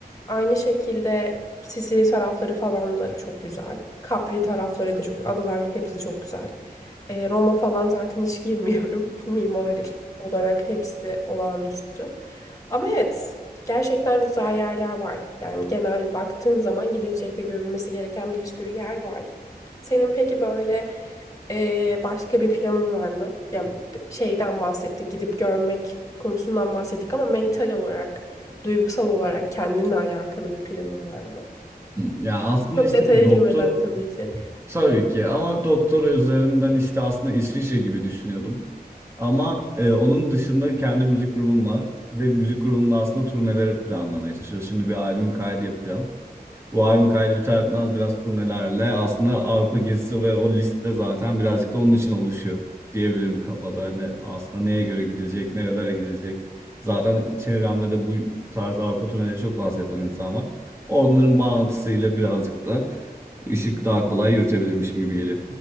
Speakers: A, on the left; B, on the right.
A: aynı şekilde Sicilya tarafları falan da çok güzel. Capri tarafları da çok Adalar hepsi çok güzel. Ee, Roma falan zaten hiç girmiyorum. <laughs> Mimari olarak hepsi olağanüstü. Ama evet gerçekten güzel yerler var. Yani genel baktığın zaman gidilecek ve görülmesi gereken bir sürü yer var. Senin peki böyle ee, başka bir planın var mı? Yani b- şeyden bahsettik, gidip görmek konusundan bahsettik ama mental olarak Duygusal olarak kendinle alakalı bir planın var mı?
B: Ya aslında
A: Çok
B: işte
A: detaya
B: bir
A: girmeden
B: doktor
A: tabii ki.
B: tabii ki ama doktor üzerinden işte aslında İsviçre gibi düşünüyordum. Ama e, onun dışında kendi müzik grubum var ve müzik grubumla aslında turneler planlamaya çalışıyorum. Şimdi bir albüm kaydı yapacağım. Bu albüm kaydı biter etmez biraz turnelerle aslında Avrupa gezisi ve o liste zaten birazcık da onun için oluşuyor diyebilirim kafada. Hani aslında neye göre gidilecek, nerelere gidilecek. Zaten çevremde de bu tarz Avrupa turneleri çok fazla yapan insan var. Onların bağlantısıyla birazcık da işi daha kolay yürütebilirmişim gibi geliyor.